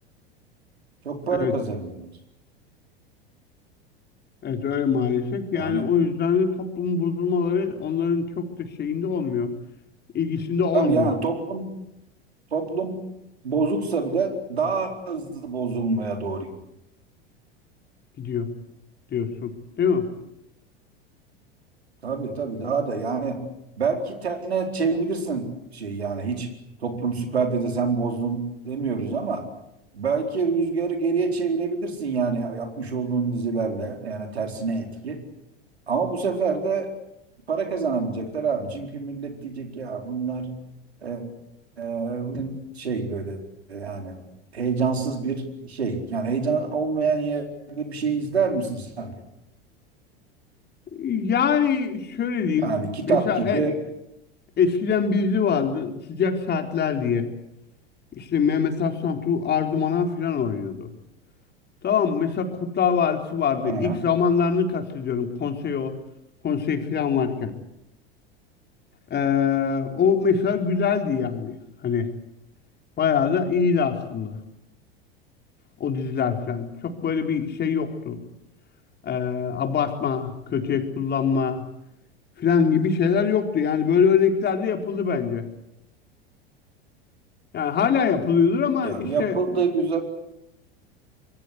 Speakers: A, on the right; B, on the left.
A: Çok para
B: Evet,
A: kazanıyorlar.
B: evet öyle maalesef. Yani
A: Yani
B: o yüzden de toplumun bozulmaları onların çok da şeyinde olmuyor. ilgisinde olmuyor.
A: abi yani toplum toplum bozuksa bile daha hızlı bozulmaya doğru gidiyor.
B: Gidiyor diyorsun, değil mi?
A: Tabii tabii daha da yani belki tersine çevirebilirsin şey yani hiç toplum süper dede sen bozdun demiyoruz ama belki rüzgarı geriye çevirebilirsin yani yapmış olduğun dizilerle yani tersine etki. Ama bu sefer de para kazanamayacaklar abi. Çünkü millet diyecek ya bunlar e, e, bugün şey böyle e, yani heyecansız bir şey. Yani heyecan olmayan yerde bir şey izler misin sen?
B: Yani şöyle diyeyim.
A: Yani kitap
B: Mesela
A: gibi
B: e- eskiden bir dizi vardı Sıcak Saatler diye. İşte Mehmet Aslantu, Arzu Manan filan oynuyordu. Tamam mesela Kurtlar Vadisi vardı.
A: ha,
B: İlk zamanlarını kastediyorum. Konsey o. Konsey filan varken. Ee, o mesela güzeldi yani. Hani bayağı da iyiydi aslında. O diziler filan. Çok böyle bir şey yoktu. Ee, abartma, kötüye kullanma filan gibi şeyler yoktu. Yani böyle örnekler de yapıldı bence. Yani hala yapılıyordur ama
A: ya
B: işte
A: yapıldı güzel.